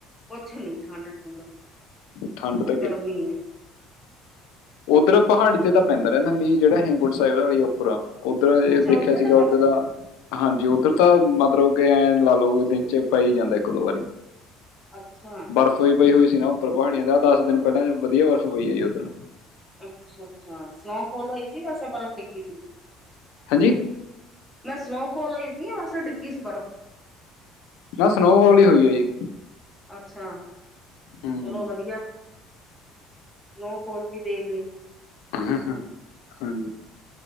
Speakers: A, in the centre; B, on the left.
A: ਕੁਛ ਨੀ ਠੰਡ- ਠੁੰਡ,
B: ਠੰਡ ਤਾਂ
A: ਗਰਮੀ ਏ।
B: ਓਧਰ ਪਹਾੜੀ ਤੇ ਤਾਂ ਪੈਂਦਾ ਰੈਂਦਾ ਮੀਂ, ਜੇੜਾ ਹੇਮਕੁੰਡ ਸਾਇਬ ਵਾਲੀ ਉਪਰ ਆ। ਓਧਰੋਂ ਏ
A: ਅੱਛਾ
B: ਦੇਖਿਆ
A: ਉੱਧਰਲੇ
B: ਸੀਗਾ
A: ਪਾਸੇ
B: ਓਧਰ ਦਾ- ਹਾਂਜੀ ਓਧਰ ਤਾਂ ਮਤਲਬ ਕਿ ਐਂ ਲਾ ਲੋ ਦਿਨ 'ਚ ਪੈ ਈ ਜਾਂਦਾ ਇਕ ਦੋ ਵਾਰੀ।
A: ਅੱਛਾ-
B: ਬਰਫ਼ ਵੀ ਪਈ ਹੋਈ ਸੀ ਨਾ ਉਪਰ ਪਹਾੜੀਆਂ ਦੇ। ਆ ਦਸ ਦਿਨ ਪੈਲਾ ਵਧੀਆ ਬਰਫ਼ ਪਈ ਐ ਜੀ ਓਧਰ।
A: ਅੱਛਾ- ਅੱਛਾ ਸਨੋਫੋਲ ਹੋਈ ਸੀ ਜਾਂ ਏਸ਼ੇਰਾਂ ਬਰਫ਼ ਡਿੱਗੀ ਸੀ।
B: ਹਾਂਜੀ।
A: ਮੈ ਸਨੋਫੋਲ ਹੋਈ ਸੀ ਜਾਂ ਵੈਸੇ ਡਿੱਗੀ ਸੀ ਬਰਫ।
B: ਨਾ ਸਨੋਫੋਲ ਈ ਹੋਈ ਐ ਜੀ।
A: ਅੱਛਾ
B: ਹੂੰ
A: ਚਲੋ ਵਧੀਆ। ਸਨੋਫੋਲ ਵੀ ਦੇਖ ਲੀ।
B: ਊਹੂੰ ਹੂੰ